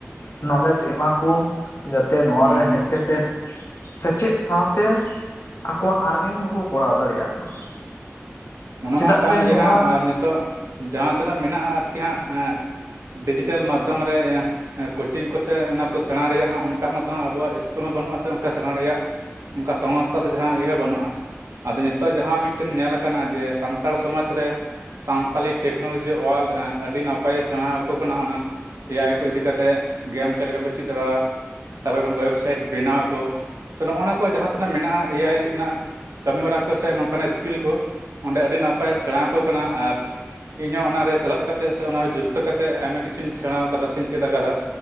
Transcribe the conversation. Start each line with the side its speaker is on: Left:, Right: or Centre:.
Left: ᱱᱚᱞᱮᱡᱽ ᱮᱢᱟ ᱠᱩ ᱡᱟᱛᱮ ᱱᱚᱣᱟ
Right: ᱦᱩᱸ
Left: ᱨᱮ ᱦᱮᱡ
Right: ᱦᱩᱸ
Left: ᱠᱟᱛᱮᱫ ᱥᱮᱪᱮᱫ ᱥᱟᱶᱛᱮ ᱟᱠᱚᱣᱟᱜ ᱟᱨᱱᱤᱝ ᱦᱚᱸᱠᱚ ᱠᱚᱨᱟᱣ ᱫᱟᱲᱮᱭᱟᱜ ᱢᱟ
Right: ᱚᱱᱟ
Left: ᱪᱮᱫᱟᱜ
Right: ᱢᱟ ᱠᱟᱱ
Left: ᱥᱮ
Right: ᱜᱮ
Left: ᱱᱚᱣᱟ
Right: ᱦᱟᱸᱜ ᱟᱨ ᱱᱤᱛᱚᱜ ᱡᱟᱦᱟᱸ ᱛᱤᱱᱟᱹᱜ ᱢᱮᱱᱟᱜᱼᱟ ᱟᱨᱠᱤ ᱦᱟᱸᱜ ᱰᱤᱡᱤᱴᱮᱞ ᱢᱟᱫᱽᱫᱷᱚᱢ ᱨᱮ ᱠᱳᱪᱤᱝ ᱠᱚᱥᱮ ᱚᱱᱟ ᱠᱚ ᱥᱮᱬᱟ ᱨᱮᱭᱟᱜ ᱦᱚᱸ ᱚᱱᱠᱟ ᱢᱟᱛᱚ ᱟᱵᱚᱣᱟᱜ ᱤᱥᱠᱩᱞ ᱦᱚᱸ ᱵᱟᱹᱱᱩᱜ ᱟᱥᱮ ᱚᱱᱠᱟ ᱥᱮᱬᱟ ᱨᱮᱭᱟᱜ ᱚᱱᱠᱟ ᱥᱚᱝᱥᱛᱷᱟ ᱥᱮ ᱡᱟᱦᱟᱸ ᱤᱭᱟᱹ ᱵᱟᱹᱱᱩᱜᱼᱟ ᱟᱫᱚ ᱱᱤᱛᱚᱜ ᱡᱟᱦᱟᱸ ᱢᱤᱫᱴᱮᱱ ᱧᱮᱞ ᱟᱠᱟᱱᱟ ᱡᱮ ᱥᱟᱱᱛᱟᱲ ᱥᱚᱢᱟᱡᱽ ᱨᱮ ᱥᱟᱱᱛᱟᱞᱤ ᱴᱮᱠᱱᱳᱞᱳᱡᱤ ᱚᱣᱟᱞᱰ ᱟᱹᱰᱤ ᱱᱟᱯᱟᱭᱮ ᱥᱮᱬᱟ ᱟᱠᱚ ᱠᱟᱱᱟ ᱚᱱᱟ ᱮᱭᱟᱭ ᱠᱚ ᱤᱫᱤ ᱠᱟᱛᱮᱫ ᱜᱮᱢ ᱪᱮᱫ ᱞᱮᱠᱟ ᱠᱚ ᱪᱮᱫ ᱮᱫᱟ ᱛᱟᱨᱯᱚᱨᱮ ᱳᱭᱮᱵᱽᱥᱟᱭᱤᱴ ᱵᱮᱱᱟᱣ ᱟᱠᱚ ᱛᱚ ᱱᱚᱜᱼ ᱱᱚᱣᱟ ᱠᱚ ᱡᱟᱦᱟᱸ ᱛᱤᱱᱟᱹᱜ ᱢᱮᱱᱟᱜᱼᱟ ᱮᱟᱭ ᱨᱮᱱᱟᱜ ᱠᱟᱹᱢᱤ ᱦᱚᱨᱟ ᱠᱚ ᱥᱮ ᱱᱚᱝᱠᱟᱱᱟᱜ ᱮᱥᱠᱤᱞ ᱠᱚ ᱚᱸᱰᱮ ᱟᱹᱰᱤ ᱱᱟᱯᱟᱭ ᱥᱮᱬᱟ ᱟᱠᱚ ᱠᱟᱱᱟ ᱟᱨ ᱤᱧ ᱦᱚᱸ ᱚᱱᱟᱨᱮ ᱥᱮᱞᱮᱫ ᱠᱟᱛᱮᱫ ᱥᱮ ᱚᱱᱟᱨᱮ ᱡᱩᱠᱛᱚ ᱠᱟᱛᱮᱫ ᱟᱭᱢᱟ ᱠᱤᱪᱷᱩᱧ ᱥᱮᱬᱟ ᱠᱟᱫᱟ ᱥᱮᱧ ᱪᱮᱫ ᱠᱟᱫᱟ